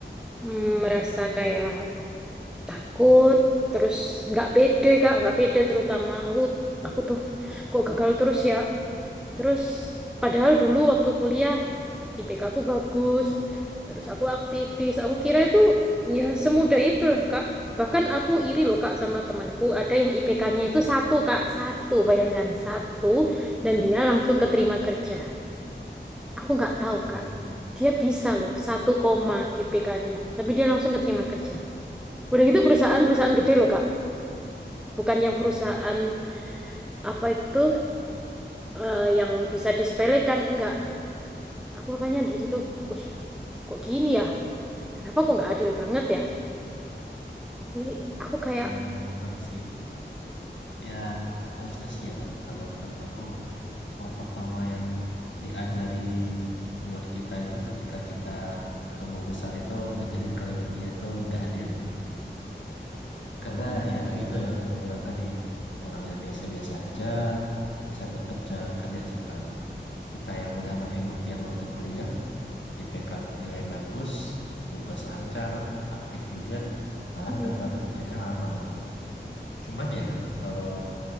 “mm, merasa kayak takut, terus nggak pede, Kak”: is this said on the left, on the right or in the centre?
Centre